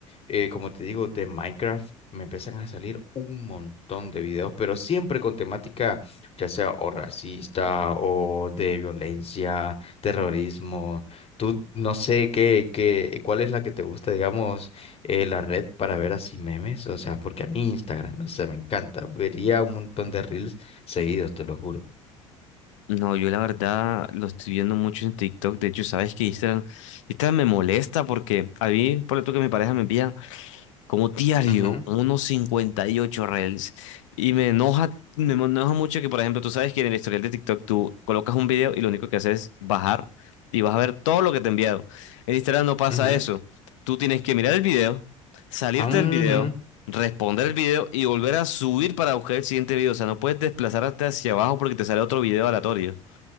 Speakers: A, on the left; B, on the left.
A: eh, como te digo, de Minecraft, me empiezan a salir un montón de videos, pero siempre con temática, ya sea o racista o de violencia, terrorismo, tú no sé qué, qué, cuál es la que te gusta, digamos, eh, la red para ver así memes, o sea, porque a mí Instagram, no sé, me encanta, vería un montón de reels seguidos, te lo juro.
B: No, yo la verdad lo estoy viendo mucho en TikTok. De hecho, sabes que Instagram, Instagram me molesta porque a mí, por tú que mi pareja me envía. como diario,
A: Ujú,
B: como unos 58 reels. Y me enoja, me enoja mucho que, por ejemplo, tú sabes que en el historial de TikTok tú colocas un video y lo único que haces es bajar y vas a ver todo lo que te he enviado. En Instagram no pasa
A: ujú.
B: eso. Tú tienes que mirar el video, salirte
A: Ah, ujú.
B: del video, responder el video y volver a subir para buscar el siguiente video. O sea, no puedes desplazarte hacia abajo porque te sale otro video aleatorio.